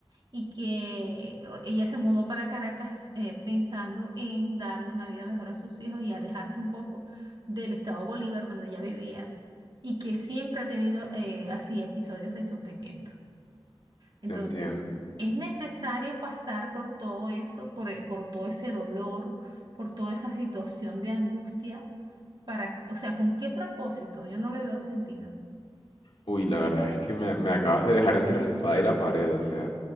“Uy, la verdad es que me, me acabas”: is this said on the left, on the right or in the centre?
Left